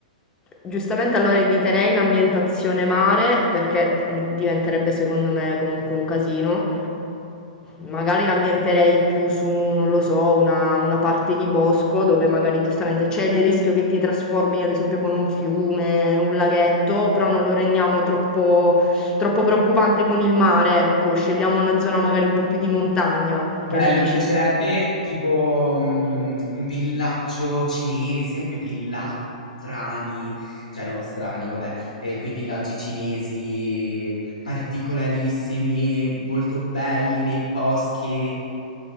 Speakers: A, on the left; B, on the left.
A: giustamente allora eviterei l'ambientazione mare perché mm, diventerebbe secondo me comunque un casino. Magari l'ambienterei più su, non lo so, una, una parte di bosco dove magari giustamente c'è il rischio che ti trasformi ad esempio con un fiume, un laghetto, però non lo rendiamo troppo, troppo preoccupante con il mare, ecco, scegliamo una zona magari un po' più di montagna,
B: Bello,
A: che ne dici?
B: mi piacerebbe tipo mm, un villaggio cinese, quei villaggi strani, cioè non strani, vabbè, eh, quei villaggi cinesi particolarissimi, molto belli nei boschi.